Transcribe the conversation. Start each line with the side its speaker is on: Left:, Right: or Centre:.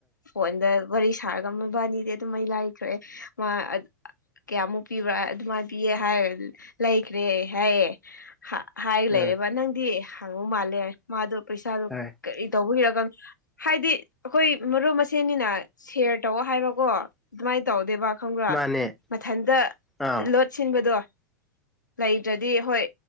Left: ꯐꯣꯟꯗ ꯋꯥꯔꯤ ꯁꯥꯔꯒ ꯃꯣꯏꯕꯥꯅꯤꯗꯤ ꯑꯗꯨꯝ ꯑꯩ ꯂꯥꯏꯈ꯭ꯔꯦ ꯃꯥ ꯀꯌꯥꯃꯨꯛ ꯄꯤꯕ꯭ꯔꯥ ꯑꯗꯨꯃꯥꯏꯅ ꯄꯤꯌꯦ ꯍꯥꯏꯔꯒ ꯂꯩꯈ꯭ꯔꯦ ꯍꯥꯏꯌꯦ ꯍꯥꯏꯔꯒ
Centre: ꯎꯝ
Left: ꯂꯩꯔꯦꯕ ꯅꯪꯗꯤ ꯍꯪꯕ ꯃꯥꯜꯂꯦ ꯃꯥꯗꯣ ꯄꯩꯁꯥꯗꯣ
Centre: ꯍꯣꯏ
Left: ꯀꯔꯤ ꯇꯧꯕꯒꯤꯔ ꯈꯪ ꯍꯥꯏꯗꯤ ꯑꯩꯈꯣꯏ ꯃꯔꯨꯞ ꯃꯁꯦꯟꯅꯤꯅ ꯁꯤꯌꯔ ꯇꯧ ꯍꯥꯏꯕꯀꯣ ꯑꯗꯨꯃꯥꯏꯅ ꯇꯧꯗꯦꯕ ꯈꯪꯕ
Centre: ꯃꯥꯅꯦ
Left: ꯃꯊꯟꯇ
Centre: ꯑꯥ
Left: ꯂꯣꯠ ꯁꯤꯟꯕꯗꯣ ꯂꯩꯗ꯭ꯔꯗꯤ ꯍꯣꯏ